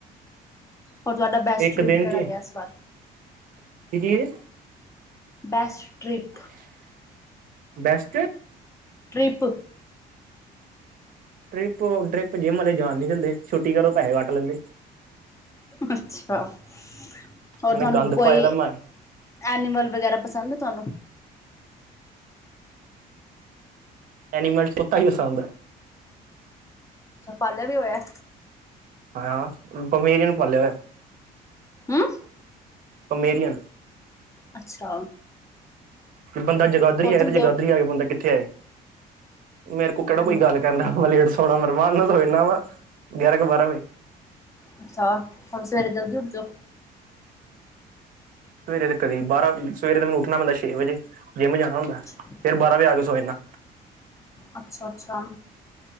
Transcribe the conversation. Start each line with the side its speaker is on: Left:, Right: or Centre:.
Left: ਹੋਰ ਤੂਆਡਾ ਬੈਸਟ
Right: ਇੱਕ
Left: ਟ੍ਰਿਪ
Right: ਦਿਨ
Left: ਕੇੜਾ
Right: ਚ
Left: ਰੇਐ ਇਸ ਵਾਰ?
Right: <inaudible>
Left: Best trip.
Right: <unintelligible>
Left: Trip.
Right: Trip trip gym ਵਾਲੇ ਜਾਣ ਨੀ ਦਿੰਦੇ, ਛੁੱਟੀ ਕਰੋ ਪੈਸੇ ਕੱਟ ਲੈਂਦੇ।
Left: ਅੱਛਾ ਹੋਰ
Right: ਨਾਲੇ
Left: ਤੁਹਾਨੂੰ
Right: ਗੰਦ
Left: ਕੋਈ।
Right: ਪਾਏ ਦਾ ਮੈਂ
Left: ਐਨੀਮਲ ਵਗੈਰਾ ਪਸੰਦ ਐ ਤੁਹਾਨੂੰ।
Right: ਐਨੀਮਲ ਤੋਤਾ ਹੀ ਪਸੰਦ।
Left: ਪਾਲਾ ਵੀ ਹੋਇਆ ਐ।
Right: ਹਾਂ ਪਮੇਰੀਅਨ ਪ ਹੋ <inaudible>
Left: ਹਮ।
Right: ਪਮੇਰੀਅਨ
Left: ਅੱਛਾ
Right: ਵੀ ਬੰਦਾ ਜਗਾਦਰੀ
Left: ਹੋਰ
Right: ਆਏ
Left: ਦਿੰਦੇ
Right: ਤੇ ਜਗਾਦਰੀ
Left: ਹੋ?
Right: ਆ ਕੇ ਬੰਦਾ ਕਿੱਥੇ ਆਏ ਼ਮੇਰੇ ਕੋਲ ਕਿਹੜਾ
Left: ਹਾਂਜੀ
Right: ਕੋਈ ਗੱਲ। ਕਰਨਾ ਲੇਟ ਸੋਣਾ ਮੇਰੇਮਾਨ ਨਾਲ ਸੋ ਇਨਾ ਵਾ ਗਿਆਰਾਂ ਕੁ ਬਾਰਾਂ ਵਜੇ।
Left: ਅੱਛਾ ਹਮ ਸਵੇਰੇ ਜਲਦੀ ਉੱਠ ਜਾਓ।
Right: ਸਵੇਰੇ ਤੇ ਕਦੀ ਬਾਰਾਂ ਸਵੇਰੇ ਤੇ ਮੈਨੂੰ ਉੱਠਣਾ ਪੈਂਦਾ ਛੇ ਵਜੇ ਜਿੰਮ ਜਾਣਾ ਹੁੰਦਾ
Left: ਅੱਛਾ
Right: ਫੇਰ ਬਾਰਾਂ ਵਜੇ ਆ ਕੇ ਸੋ ਜਾਣਾ
Left: ਅੱਛਾ ਅੱਛਾ